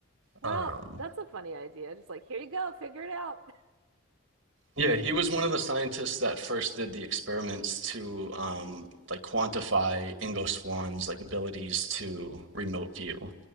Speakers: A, on the right (about 85°); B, on the right (about 60°).
A: Well,
B: um
A: that's a funny idea. Just like, here you go, figure it out. <laughs>
B: yeah he was one of the scientists that first did the experiments to um like quantify Ingo Swann's like abilities to remote view